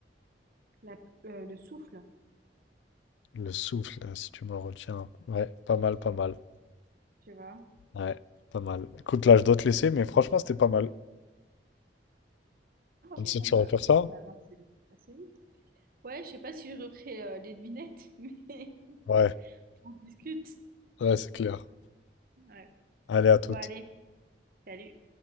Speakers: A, on the right; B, on the left.
A: la- euh, le souffle,
B: Le souffle, euh, si tu me retiens. Ouais, pas mal, pas mal.
A: tu vois.
B: Ouais, pas mal. Écoute, là, je dois te laisser, mais franchement, c'était pas mal.
A: Ok,
B: On essaie
A: bon,
B: de se
A: bah,
B: refaire ça?
A: finalement, c'est c'est assez vite. Ouais, je sais pas si je referai euh, les devinettes, <laughs> mais
B: Ouais,
A: on discute.
B: ouais, c'est clair.
A: Ouais.
B: Allez, à toutes.
A: Bon, allez, salut.